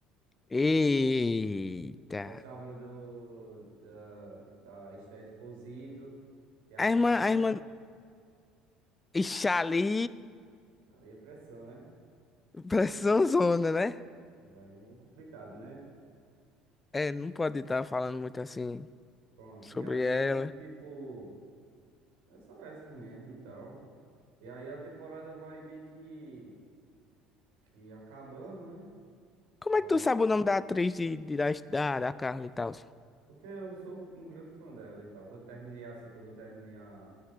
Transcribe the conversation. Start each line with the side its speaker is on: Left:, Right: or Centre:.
Left: Eita.
Right: Gostava do, da, da Esther Exposito, que é a
Left: A
Right: Carla.
Left: irmã, a irmã. Ixi, ali.
Right: Ali é pressão, né?
Left: Pressão zona, né?
Right: E aí é complicado, né?
Left: É, não pode estar falando muito assim
Right: Pronto.
Left: sobre
Right: E aí,
Left: ela.
Right: tipo, é só essas mesmo e tal. E aí a temporada vai meio que, que acabando, né?
Left: Como
Right: Vão,
Left: é que tu sabe o nome da atriz de, de- da, da, da Carla e tal?
Right: Porque eu sou um grande fã dela e tal. Quando terminei assim, quando eu terminei a,